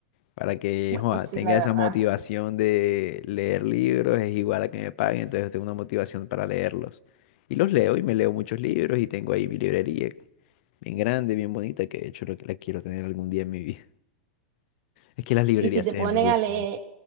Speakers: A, on the left (about 60°); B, on the right (about 50°).
A: Para que,
B: Bueno,
A: joa,
B: sí,
A: tenga
B: la verdad.
A: esa motivación de leer libros, es igual a que me paguen, entonces tengo una motivación para leerlos. Y los leo y me leo muchos libros y tengo ahí mi librería, bien grande, bien bonita, que de hecho lo que la quiero tener algún día en mi vida. Es que las librerías
B: Y si te
A: se
B: ponen
A: ven muy bonitas.
B: a leer,